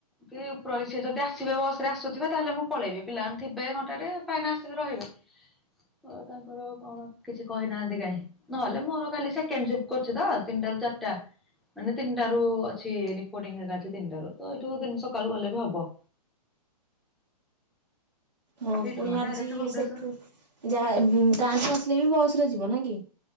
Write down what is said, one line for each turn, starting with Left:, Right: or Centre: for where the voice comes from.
Centre: କି ଉପରଳି ସିଏ ଯଦି ଆସିବେ ବସରେ ଆସୁଥିବେ ତାହେଲେ ମୁଁ ପଳେଇବି, ପିଲାମାନେ ଥିବେ ଘଣ୍ଟାଟେ ଭାଇନା ଆସିଲେ ରହିବେ। ଅ ତାଙ୍କର କଣ କିଛି କହିନାହାନ୍ତି କାଇଁ। ନହେଲେ ମୋର କାଲି ସେକେଣ୍ଡ ସିଫ୍ଟକୁ ଅଛି ତ ତିନିଟାରୁ ଚାରିଟା। ମାନେ ତିନିଟାରୁ ଅଛି ରିପୋର୍ଟିଙ୍ଗ ହେରିକା ଅଛି ତିନିଟାରୁ ତ ଏଇଠୁ ଦି ସକାଳୁ ଗଲେ ବି ହବ।
Right: ହଁ
Centre: ଏଇଠୁ
Right: ପୁଣି
Centre: ନହେଲେ
Right: ଆଜି
Centre: ଡାଇରେକ୍ଟ ଭୁବନେଶ୍ୱର।
Right: ସେଠୁ ଯାହା ଗାଁଠୁ ଆସିଲେ ବି ବସରେ ଯିବ ନାଁ କି?